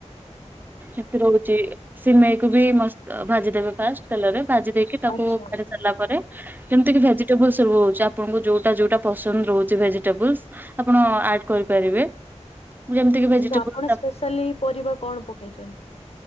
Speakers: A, on the right; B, on the left.
A: <unintelligible> ରହୁଛି ସିମେଇକୁୁ ବି ମସ୍ତ ଅ ଭାଜିଦେବେ। ଫାର୍ଷ୍ଟ ତେଲରେ ଭାଜି ଦେଇକି ତାକୁ
B: ଆଚ୍ଛା ଆଚ୍ଛା
A: କାଢ଼ି ସାରିଲା ପରେ। କେମିତି କି ଭେଜିଟେବୁଲସ ର-ର-ରହୁଛି ଆପଣଙ୍କୁ ଯୋଉଟା ଯୋଉଟା ପସନ୍ଦ ରହୁଛି ଭେଜିଟେବୁଲସ। ଆପଣ ଆଡ କରିପାରିବେ। ଯେମିତି କି
B: ଆଚ୍ଛା
A: ଭେଜିଟେବୁଲ
B: ତ ଆପଣ ସ୍ପେଶାଲି ପରିବା କଣ ପକେଇଛନ୍ତି?